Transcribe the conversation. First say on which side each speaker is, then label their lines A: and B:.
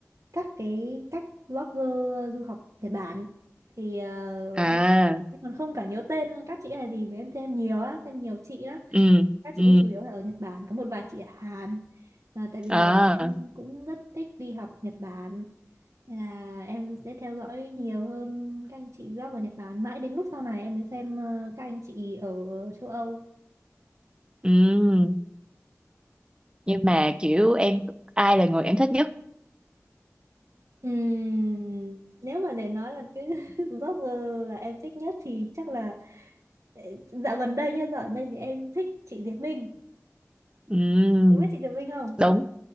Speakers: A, on the right (about 75°); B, on the right (about 20°).
A: các cái các blogger du học Nhật Bản thì ờ,
B: à
A: em em còn không cả nhớ tên các chị này gì với em xem nhiều lắm xem nhiều chị lắm
B: ừ
A: các chị
B: ừ
A: ấy chủ yếu là ở Nhật Bản có một vài chị ở Hàn Ờ, tại vì
B: à
A: hồi đấy em cũng rất thích đi học Nhật Bản Nên là em sẽ theo dõi nhiều hơn các anh chị blog ở Nhật Bản mãi đến lúc sau này em mới xem ờ, các anh chị ở châu Âu
B: ừ nhưng mà kiểu em ai là người em thích nhất
A: Ừm, nếu mà để nói là cái <laughs> blogger là em thích nhất thì chắc là Ờ, Dạo gần đây nha, dạo gần đây thì em thích chị Diệp Minh.
B: ừ
A: Em biết chị Diệp Minh không?
B: đúng